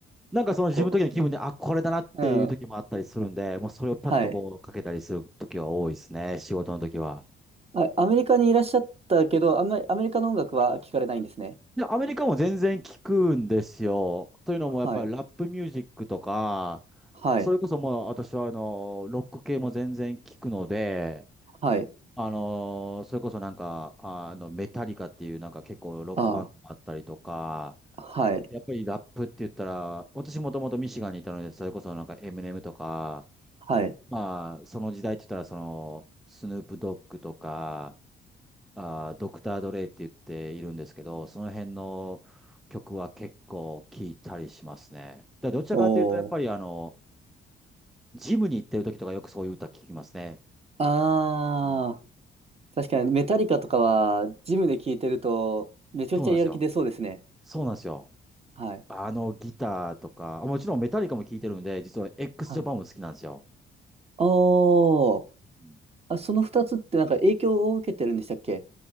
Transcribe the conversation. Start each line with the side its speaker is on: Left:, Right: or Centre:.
Centre: なんかその自分の時の気分で、
Right: こ
Centre: あ、これだなっていう時もあったりするんで、
Right: う、うん。
Centre: もうそれをパッとこうかけたりする時は多いですね。
Right: はい。
Centre: 仕事の時は。
Right: あ、アメリカにいらっしゃったけど、あんまりアメリカの音楽は聞かれないんですね。
Centre: いや、アメリカも全然聞くんですよ。というのも、
Right: はい。
Centre: やっぱりラップミュージックとか、
Right: はい。
Centre: それこそもう私はあの、ロック系も全然聞くので、
Right: はい。
Centre: あの、それこそなんか、あの、メタリカっていうなんか結構ロックバンドもあったりとか、
Right: ああはい。
Centre: やっぱりラップって言ったら、私もともとミシガンにいたので、それこそなんか M&M とか、
Right: はい。
Centre: まあ、その時代って言ったらその、スヌープドッグとか、あー、ドクター・ドレイって言っているんですけど、その辺の曲は結構聴いたりしますね。だどちらかというと、
Right: おー。
Centre: やっぱりあの、ジムに行ってる時とかよくそういう歌聴きますね。
Right: あ
Centre: うん、
Right: ー、確かにメタリカとかは、ジムで聴いてると、めちゃくちゃやる気出そうですね。
Centre: そうなんですよ。そうなんですよ。
Right: はい
Centre: あの、ギターとか、もちろんメタリカも聴いてるんで、実は x ジャパンも好きなんですよ。
Right: ああー、
Centre: うん
Right: あ、その二つってなんか影響を受けてるんでしたっけ